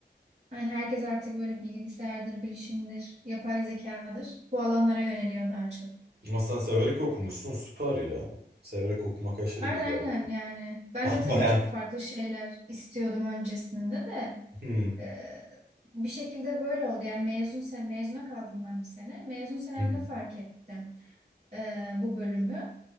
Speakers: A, on the right; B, on the right.
A: Yani herkes artık böyle bilgisayardır, bilişimdir, yapay zekadır. Bu alanlara yöneliyor daha çok.
B: Ama sen severek okumuşsun süper ya. Severek okumak aşırı
A: Aynen
B: güzel. bir
A: aynen
B: şey.
A: yani. Ben
B: <laughs>
A: de
B: Ben
A: tabii
B: baya...
A: çok farklı şeyler istiyordum öncesinde de.
B: Hı hı.
A: e, bir şekilde böyle oldu. Yani mezun sen mezuna kaldım ben bir sene. Mezun senemde
B: hı.
A: fark ettim e, bu bölümü.